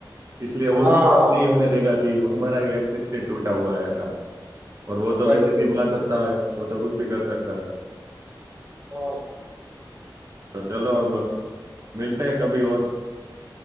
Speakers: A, on the right; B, on the right.
A: इसलिए वो
B: हाँ
A: भी नहीं होने देगा कि वो हमारा ही एफ सिक्सटीन टूटा हुआ है ऐसा और वो तो
B: यस
A: वैसे
B: यस
A: भी महासत्ता है वो तो कुछ भी कर सकता है
B: हाँ
A: तो चलो अब मिलते हैं कभी और